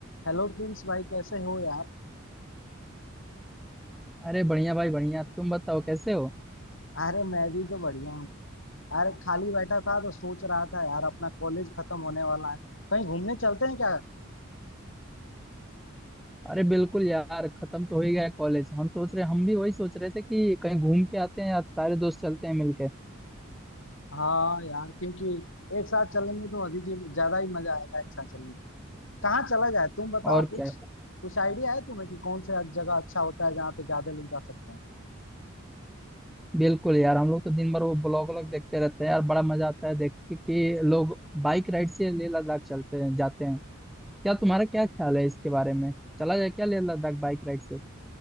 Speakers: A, on the left; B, in the centre.
A: Hello Prince भाई कैसे हो यार
B: अरे बढ़िया भाई बढ़िया तुम बताओ कैसे हो
A: अरे मैं भी तो बढ़िया हूँ अरे खाली बैठा था तो सोच रहा था यार अपना कॉलेज खत्म होने वाला है कहीं घूमने चलते हैं क्या
B: अरे बिल्कुल यार खत्म तो हो ही गया कॉलेज हम सोच रहे हम भी वही सोच रहे थे कि कहीं घूम के आते हैं यार सारे दोस्त चलते हैं मिलके
A: हाँ यार क्योंकि एक साथ चलेंगे तो अधिक ही- ज्यादा ही मजा आएगा एक साथ चलेंगे कहाँ चला जाए तुम बताओ
B: और
A: कुछ
B: क्या
A: कुछ आइडिया है तुम्हें कि कौन सा जगह अच्छा होता है जहाँ पे ज्यादा लोग जा सकते हैं
B: बिल्कुल यार हम लोग तो दिन भर वो ब्लॉग व्लॉग देखते रहते हैं यार बड़ा मजा आता है देख के कि लोग बाइक राइड से लेह लद्दाख चलते हैं जाते हैं क्या तुम्हारा क्या ख्याल है इसके बारे में चला जाए क्या लेह लद्दाख बाइक राइड से